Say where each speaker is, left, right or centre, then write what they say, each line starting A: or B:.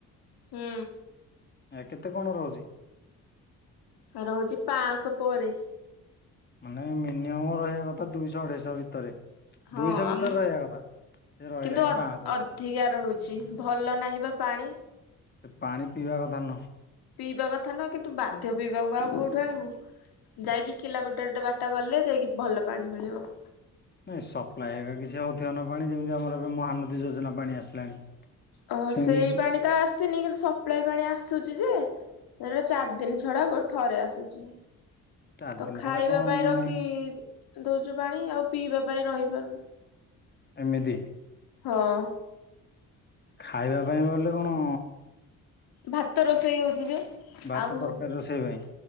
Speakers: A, on the left; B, on the left.
A: ହୁଁ।
B: ଆ କେତେ କଣ ରହୁଛି?
A: ରହୁଛି ପାଁଶ ପରେ।
B: ମାନେ ମିନିମମ ରହିବା କଥା ଦୁଇଶ ଅଢେଇଶ ଭିତରେ।
A: ହଁ
B: ଦୁଇଶ ଭିତରେ
A: ଆମ
B: ରହିବା କଥା। ସେ ରହିଲା
A: କିନ୍ତୁ
B: ହିଁ
A: ଅ
B: ପାଞ୍ଚଶହ ସେ
A: ଅଧିକା ରହୁଛି ଭଲ ନାହିଁ ବା ପାଣି।
B: ପାଣି ପିଇବା କଥା ନୁହଁ।
A: ପିଇବା କଥା ନୁହଁ କିନ୍ତୁ ବାଧ୍ୟ ପିଇବାକୁ ଆଉ କୋଉଠୁ ଆଣିବୁ? ଯାଇକି କିଲମିଟର ଟେ ବାଟ ଗଲେ ଯାଇକି ଭଲ ପାଣି ମିଳିବ।
B: ନାଇଁ ସପ୍ଲାଏ ହେଇଗା କିଛି ହେଉଥିବ ନା ପାଣି ଯେମିତି ଆମର ଏବେ ମହାନଦୀ ଯୋଜନା ପାଣି ଆସିଲାଣି।
A: ଓ
B: ସେମିତି
A: ସେଇ
B: କିଛି
A: ପାଣି ତ ଆସିନି କିନ୍ତୁ ସପ୍ଲାଇ ପାଣି ଆସୁଚି ଯେ ସେଟା ଚାରି ଦିନ ଛଡା ଗୋ ଥରେ ଆସୁଛି।
B: ଚାରି
A: ତ
B: ଦିନ
A: ଖାଇବା
B: ଛଡା କଣ
A: ପାଇଁ
B: ମାନେ
A: ରଖି ଦଉଛୁ ପାଣି ଆଉ ପିଇବା ପାଇଁ ରହିପାରୁନି।
B: ଏମିତି?
A: ହଁ।
B: ଖାଇବା ପାଇଁ ବଲେ କଣ
A: ଭାତ ରୋଷେଇ ହଉଛି ଯୋଉ।
B: ଭାତ
A: ଆଉ
B: ତରକାରୀ ରୋଷେଇ ପାଇଁ